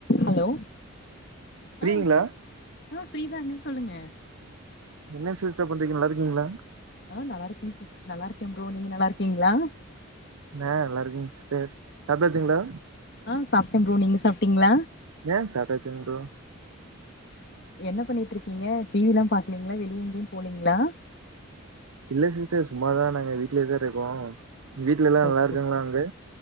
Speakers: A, on the left; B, on the right.
A: hello
B: ஃப்ரீங்களா
A: ஆ ஆ ஃபிரிதாங்க சொல்லுங்க
B: என்ன சிஸ்டர் பண்றிங்க நல்ல இருக்கீங்களா
A: ஆ நல்லாக்கே சிஸ் நல்லா இருக்கேன் ப்ரோ நீங்க நல்லா இருக்கீங்களா
B: நா நல்லா இருக்குங்க சிஸ்டர் சாப்டாச்சுங்களா
A: ஆ சாப்பிட்டேன் ப்ரோ நீங்க சாப்பிட்டீங்களா
B: ஆ சாப்டாச்சுங் ப்ரோ
A: என்ன பண்ணிட்டு இருக்கீங்க டி வி எல்லா பாக்கலீங்களா வெளிய எங்கேயு போலீங்களா
B: இல்ல சீஸ்டர் சும்மாதா நாங்க வீட்லே தா இருக்கோம் வீட்டுல எல்லா நல்லா
A: ஓகே
B: இருக்குங்களா அங்க